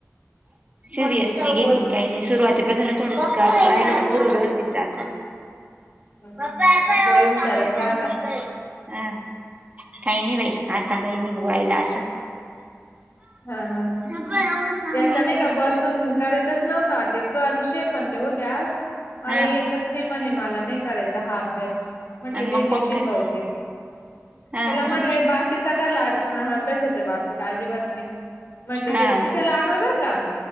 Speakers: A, on the right (about 30°); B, on the left (about 50°).
A: सिरियस नाही
B: पोरी
A: घेती काय नाय सुरुवात ते असं ना थोडस करत राहिलं त पुढं व्यवस्थित जात.
B: हं,
A: <unintelligible>
B: काही नाही पोरी हुशारच राहत
A: काही नाही बाई आता काही नाय <unintelligible> असंल
B: हा हा
A: पण एवढं सामान
B: याचा नाय
A: सांगितलं
B: का बसून करीतच नव्हता ते कर चे पण ते होते आज मला
A: हा
B: येतच नाय म्हणे मला नाय करायचा हा अभ्यास म्हटले
A: आणि
B: ते
A: मग
B: मी
A: कोण
B: शिकवते.
A: करील हा
B: त्याला म्हटलंय
A: हा
B: बाकी सगळ्या लाडपण अभ्यासाच्या बाब अजिबात नाई म्हटल
A: हा
B: दे तिच्या
A: हा
B: लागल बर का